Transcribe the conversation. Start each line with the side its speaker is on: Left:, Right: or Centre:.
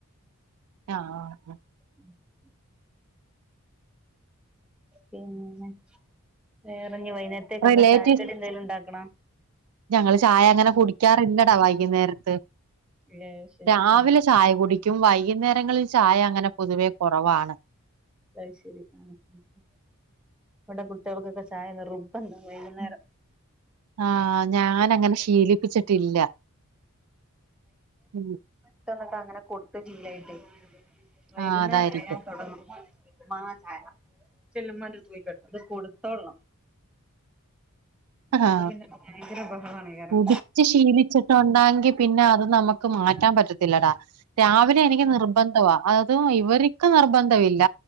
Right: ആഹ് ഹ്
Centre: ഉം <unintelligible> പിന്നെ വേറെഞ് വൈന്നേരത്തേക്കെന്താ
Right: റിലേറ്റീവ്സ്
Centre: ചായക്കടി എന്തേലും ഉണ്ടാക്കണോ
Right: ഞങ്ങള് ചായ അങ്ങനെ കുടിക്കാറില്ലടാ വൈകുന്നേരത്ത്
Centre: ഏ ശരി
Right: രാവിലെ
Centre: ആ
Right: ചായ കുടിക്കും. വൈകുന്നേരങ്ങളിൽ ചായ അങ്ങനെ പൊതുവെ കൊറവാണ്
Centre: അയ് ശെരി ഉം ഉം ഉം ഇവിടെ കുട്ടികൾക്കൊക്കെ ചായനിർബന്ധ വൈകുന്നേരം
Right: ആഹ് ഞാനങ്ങനെ ശീലിപ്പിച്ചിട്ടില്ല <unintelligible>
Centre: ട്ടന്നിട്ട് അങ്ങനെ കൊടുത്ത്‌ ശീലായിട്ടേയ് വൈകുന്നേരയാ
Right: ആഹ് അതായിരിക്കും
Centre: തൊടങ്ങും ഉമ്മാ ചായ ചെല്ല് ഇമ്മാന്റെ അടുത്ത് പോയി കെടന്നോ അത് കൊടുത്തോളണം
Right: ഹ്ഹാ
Centre: അല്ലെങ്കി പിന്നെ ഭയങ്കര ബഹളാണേക്കാരം
Right: കുടിച് ശീലിച്ചിട്ടുണ്ടാങ്കി പിന്നാ അത് നമ്മക്ക് മാറ്റാൻ പറ്റത്തില്ലടാ രാവിലെ എനിക്ക് നിർബന്ധവാ. അതും ഇവരിക്ക് നിർബന്ധവില്ല